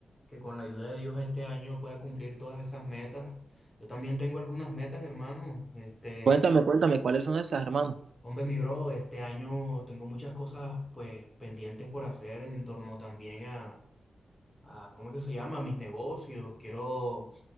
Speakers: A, on the left; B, on the right.
A: que con la ayuda de Dios este año pueda cumplir todas esas metas. Yo también tengo algunas metas, hermano. Este,
B: Cuéntame, cuéntame, ¿cuáles son esas, hermano?
A: hombre, mi bro, este año tengo muchas cosas pues pendientes por hacer en torno también a, a ¿cómo es que se llama? A mis negocios. Quiero